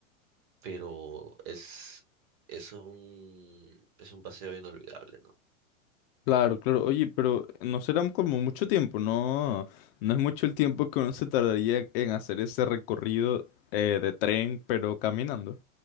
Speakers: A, on the right (about 50°); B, on the left (about 45°).
A: pero es, es un, es un paseo inolvidable, ¿no?
B: Claro, claro. Oye, pero no será como mucho tiempo, ¿no? No es mucho el tiempo que uno se tardaría en hacer ese recorrido eh, de tren, pero caminando.